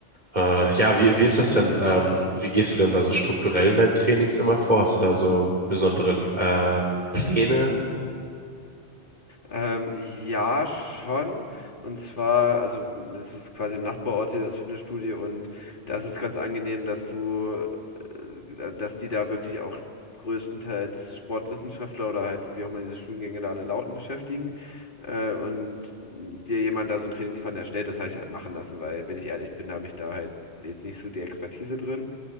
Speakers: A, on the right (about 35°); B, on the left (about 45°).
A: äh, ja, wie, wie ist das denn? Ähm, wie gehst du denn da so strukturell in deinen Trainings immer vor? Hast du da so besondere äh, Pläne?
B: Ähm, ja, schon. Und zwar, also es ist quasi im Nachbarort hier das Fitnessstudio und da ist es ganz angenehm, dass du, äh, dass die da wirklich auch größtenteils Sportwissenschaftler oder halt wie auch immer diese Studiengänge da alle lauten beschäftigen äh, und dir jemand da so einen Trainingsplan erstellt, das habe ich halt machen lassen, weil wenn ich ehrlich bin, habe ich da halt jetzt nicht so die Expertise drin.